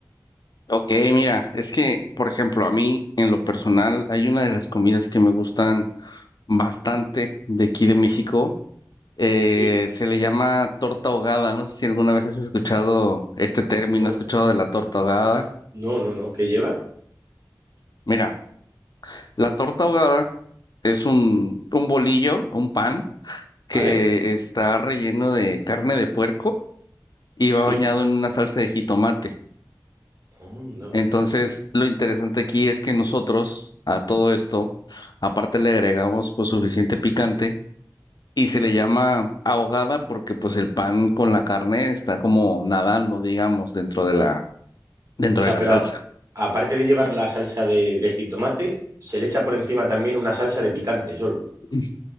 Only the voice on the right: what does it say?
Sí,
no,
no, no, no. ¿Qué lleva?
¿Vale?
Sí.
Oh, no.
O
sea,
pero
aparte de llevar la salsa de, de jitomate, se le echa por encima también una salsa de picante solo.